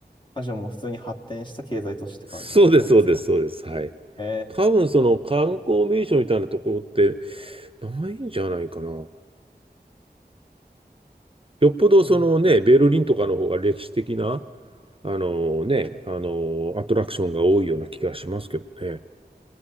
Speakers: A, on the left; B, on the right.
A: あ、じゃあもう普通に発展した経済都市って感じの場所なんですか。
B: そうです、そうです、そうです。はい。
A: へ
B: 多分その観光名所みたいなところって
A: え。
B: ないんじゃないかな。よっぽどそのね、
A: あふり
B: ベルリンとかの方が歴史的な、あのね、あのアトラクションが多いような気がしますけどね。